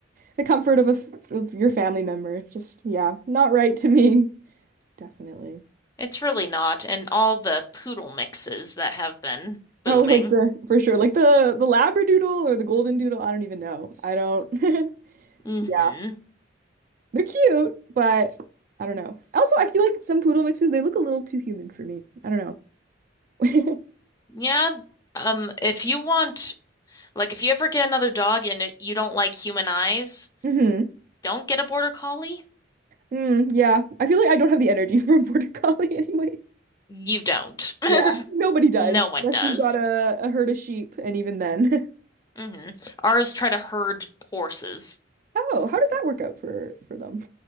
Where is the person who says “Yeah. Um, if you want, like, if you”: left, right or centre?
Left